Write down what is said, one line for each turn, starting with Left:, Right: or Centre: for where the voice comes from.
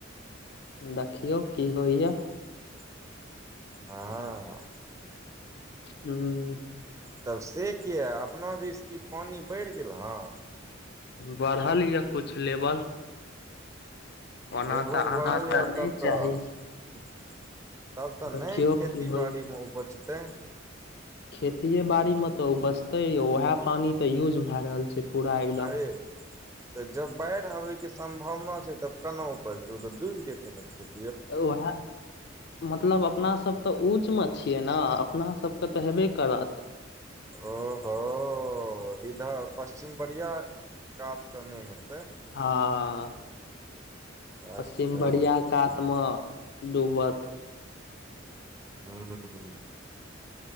Left: देखियौ की होइय।
Right: <inaudible> हँ
Left: हूं
Right: तब से किया अपना दिस कि पानि बढ़ि गेल हँ।
Left: बढ़ल यऽ कुछ लेवल। ओना
Right: लेवल
Left: तऽ आना
Right: बढ़ल
Left: तऽ
Right: यए
Left: नहि
Right: तब तऽ
Left: चाही
Right: तब तऽ
Left: देखियौ
Right: नहि खेती
Left: की
Right: बाड़ी मे उपजतै।
Left: खेतिए बाड़ीमे तऽ उपजतै यौ उएह पानि तऽ यूज भए रहल छै। पूरा एकदम
Right: अरे तऽ जब बाढ़ि आबे के सम्भावना छै, तब केना ऊपजते ओ तऽ डूबि जेतै ने खेत।
Left: ओ वह हैं। मतलब अपनासब तऽ ऊँचमे छियै नऽ अपनासबके तऽ हेबे करत।
Right: ओ हो ओ इधर पश्चिम बढ़िया कात कऽ नहि हेतै।
Left: हँ
Right: अच्छा
Left: पश्चिम बरियां
Right: अच्छा
Left: कात मऽ डूबत।
Right: हूं।